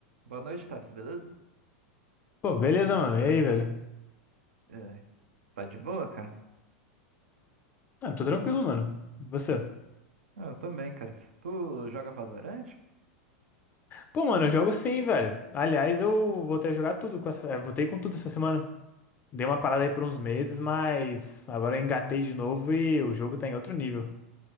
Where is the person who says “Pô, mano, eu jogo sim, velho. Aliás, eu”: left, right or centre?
Left